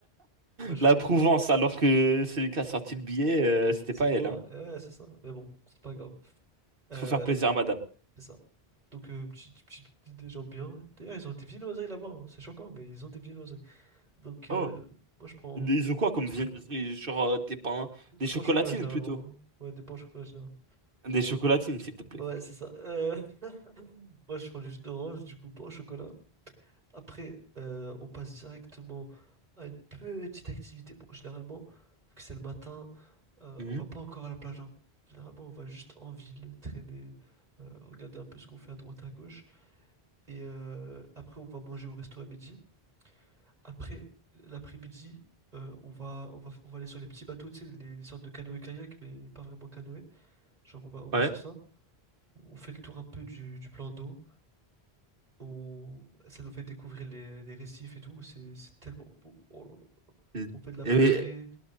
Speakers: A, on the right; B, on the right.
A: Moi, je
B: La
A: prends
B: Prouvence,
A: juste.
B: alors que celui qui a sorti le billet, euh, c'était
A: C'est
B: pas elle,
A: moi,
B: hein.
A: ouais, c'est ça. Mais bon, c'est pas grave. Euh,
B: Faut faire plaisir à madame.
A: c'est ça. Donc, euh, petit, petit, petit- des gens bien. D'ailleurs, ils ont des viennoiseries là-bas. hein. C'est choquant, mais ils ont des viennoiseries. Donc, euh,
B: Oh.
A: moi, je prends
B: Des ou quoi comme viennoiserie, genre euh, des pains,
A: des
B: des chocolatines
A: pains au chocolat généralement.
B: plutôt.
A: hein. Ouais, des pains au chocolat généralement.
B: Des chocolatines, s'il te plaît.
A: Ouais, c'est ça. Euh, <laughs> moi, je prends du jus d'orange, du coup, pain au chocolat. Après, euh, on passe directement à une petite activité. Bon, généralement, vu que c'est le matin, euh,
B: Mhm.
A: on va pas encore à la plage. hein. Généralement, on va juste en ville, traîner, euh, regarder un peu ce qu'on fait à droite à gauche. Et euh, après, on va manger au resto à midi. Après, l'après-midi, euh, on va, on va, on va aller sur les petits bateaux, tu sais, les, les sortes de canoë-kayak, mais pas vraiment canoë. Genre, on va, on va
B: Ouais.
A: sur ça. On fait le tour un peu du, du plan d'eau. On... Ça nous fait découvrir les, les récifs et tout. C'est, c'est tellement beau. Oh là là.
B: Et-
A: On fait de la
B: et-
A: plongée.